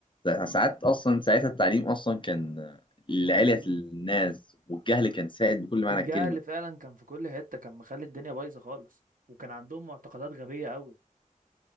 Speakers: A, on the right; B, on the left.
A: اه
B: ساعات اصلا ساعتها التعليم اصلا كان لعلية
A: مظلوم
B: الناس والجهل كان سائد بكل معنى
A: الجهل
B: الكلمه
A: اللي فعلا كان في كل حتة كان مخلي الدنيا بايظة خالص وكان عندهم معتقدات غبية قوي